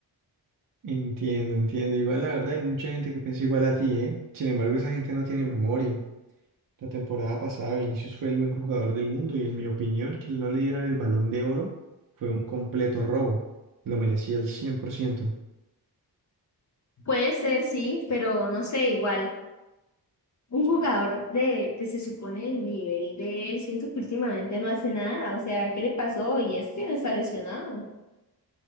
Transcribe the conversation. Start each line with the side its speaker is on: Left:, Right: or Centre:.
Right: Entiendo, entiendo. Igual la verdad hay mucha gente que piensa igual a ti, ¿eh? Sin embargo, esa gente no tiene memoria. La temporada pasada Vinicius fue el mejor jugador del mundo y en mi opinión que no le dieran el Balón de Oro fue un completo robo. Lo merecía al 100%.
Left: Puede ser, sí, pero no sé, igual un jugador de, de se supone el nivel de él, siento que últimamente no hace nada, o sea, ¿qué le pasó? Y este no está lesionado.